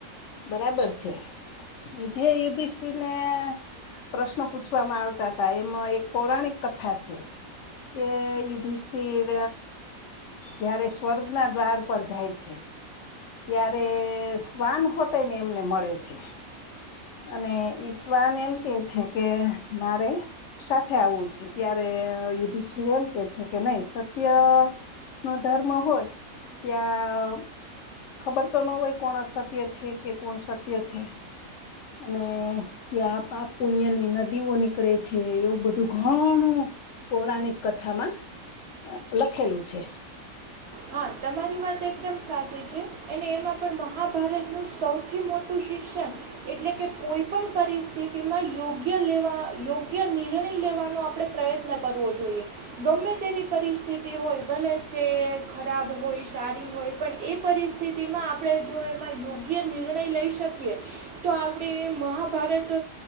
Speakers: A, on the left (about 65°); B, on the right (about 60°).
A: બરાબર છે જે યુધિષ્ઠ જી મેં પ્રશ્ન પૂછવામાં આવતા હતા એમાં એક પૌરાણિક કથા છે. કે યુધિષ્ઠિર જયારે સ્વર્ગ ના દ્વાર પર જાય છે. ત્યારે શ્વાન હોતે ને એમને મળે છે. અને ઈશવાન એમ કે છે કે મારે સાથે આવવું છે ત્યારે યુધિષ્ઠિર એમ કે છે કે નહી સત્ય નો ધર્મ હોય, ત્યાં ખબર તો ન હોય કોણ અસત્ય છે કે, કોણ સત્ય છે.. અને ત્યાં પાપ પુન્ય ની નદીઓ નીકળે છે, એવું બધું ઘણું પૌરાણિક કથામાં અ લખેલું છે.
B: હા, તમારી વાત એકદમ સાચી છે અને એમાં પણ મહાભારતનું સૌ થી મોટું શિક્ષણ એટલે કે કોઈ પણ પરિસ્થિતિમાં યોગ્ય લેવા યોગ્ય નિર્ણય લેવાનો આપડણે પ્રયત્ન કરવો જોઈએ, ગમે તેવી પરિસ્થિતિ હોય ભલે તે ખરાબ હોય, સારી હોય પણ એ પરિસ્થિતિમાં આપણે જો એમાં યોગ્ય નિર્ણય લઈ શકીએ. તો આપડે એ મહાભારત...